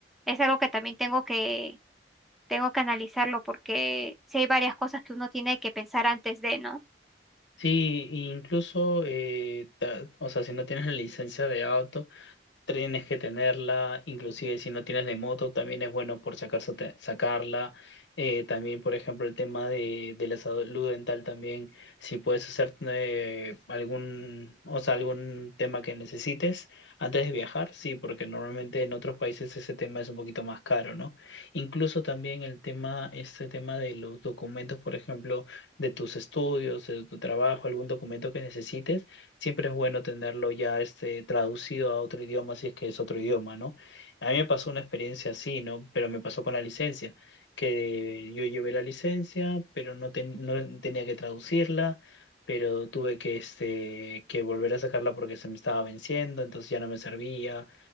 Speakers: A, in the centre; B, on the left.
A: es algo que también tengo que, tengo que analizarlo, porque sí hay varias cosas que uno tiene que pensar antes de, ¿no?
B: Sí, incluso, eh, ta- o sea, si no tienes la licencia de auto, Tienes que tenerla, inclusive si no tienes de moto, también es bueno por si acaso te- sacarla. Eh, también, por ejemplo, el tema de, de la salud dental también, si puedes hacer eh, algún, o sea, algún tema que necesites antes de viajar, sí, porque normalmente en otros países ese tema es un poquito más caro, ¿no? Incluso también el tema, este tema de los documentos, por ejemplo, de tus estudios, de tu trabajo, algún documento que necesites siempre es bueno tenerlo ya este, traducido a otro idioma si es que es otro idioma, ¿no? A mí me pasó una experiencia así, ¿no? Pero me pasó con la licencia, que yo llevé la licencia, pero no, ten- no tenía que traducirla, pero tuve que, este, que volver a sacarla porque se me estaba venciendo, entonces ya no me servía